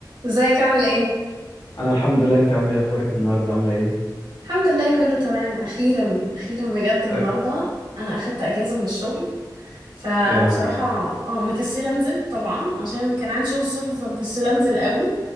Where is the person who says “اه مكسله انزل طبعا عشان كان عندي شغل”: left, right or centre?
Right